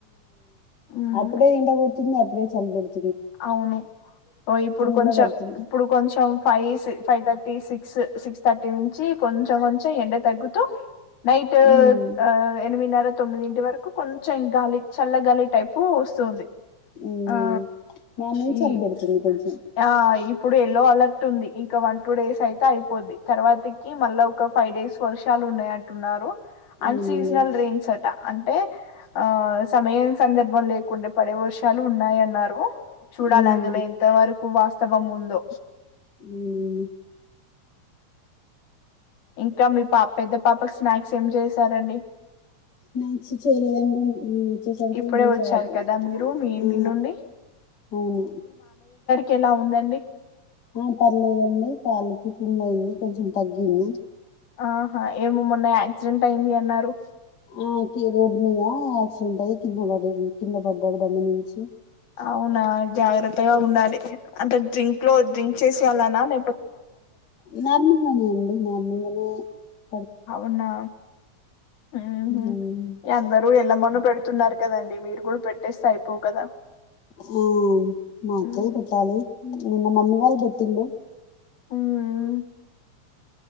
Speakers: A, on the left; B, on the left.
A: ఉమ్
B: అప్పుడే ఎండ పెడు తుంది అప్పుడే చలి బెడి
A: అవును ఇప్పుడు కొంచెం
B: కూడా పడుతుంది
A: ఇప్పుడు కొంచెం five five thirty six six thirty నుంచి కొంచెం కొంచెం ఎండ తగ్గుతూ నైట్
B: ఉమ్
A: ఎనిమిది నర తొమ్మిది ఇంటి వరకు కొంచెం గాలి చల్లగాలి టైపు వస్తుంది
B: ఉమ్
A: ఆ
B: మార్నింగ్
A: ఉను
B: చలి పెడుతుంది కొంచెం
A: ఆ ఇప్పుడు ఎ లో అలర్ట్ ఉంది ఇక వన్ టూ డేస్ అయితే అయిపోద్ది తర్వాతకి మళ్ళా ఒక ఫైవ్ డేస్ వర్షాలు ఉన్నాయ అంటున్నారు అన్సీజనల్
B: అవునండి
A: రింగ్స్ అట అంటే ఆ సమయ సందర్భం లేకుండా పడే వర్షాలు ఉన్నాయ అన్నారు చూడాలి
B: ఉమ్
A: అందులో ఇంతవరకు వాస్త క్షణం ముందు
B: మ్మ్
A: ఇంకా మీ పాపెద్ద పాపకు స్నాక్స్ ఏం చేశారండి
B: స్నాక్స్ చేయలేదండి నేను వచ్చేసరికి
A: ఇప్పుడే
B: నిమిషం
A: వచ్చారు
B: అయితది
A: కదా మీరు మీ ఇంటి
B: ఆ
A: నుండి
B: అవును
A: కెలా ఉందండి
B: ఆ పర్లేదండి కాలికి పుండైంది కొంచెం తగ్గింది
A: ఆహా ఏమో మొన్న యాక్సిడెంట్ అయింది అన్నారు
B: ఆ కీ రోడ్ మీద ఆక్సిడెంట్ అయ్యి కింద పడిండ్ కింద పడ్డాడు బండి మీంచి
A: అవునా జాగ్రత్తగా ఉండాలి అంటే డ్రింక్ లో డ్రింక్ చేస్ అలనలేం
B: నార్మల్గానే అండి నార్మల్ గా మ్మ్
A: అవునా మ్మ్ హ్మ్
B: ఉమ్
A: అందరూ ఎల్లా మ పెడుతున్నారు కదండి మీరు కూడా పెట్టేస్తే అయిపోవు కదా
B: మ్మ్ మాకు
A: ఉమ్
B: పెట్టాలి నిన్న మమ్మీ వాళ్ళు పెట్టిల్లు
A: మ్మ్ మ్మ్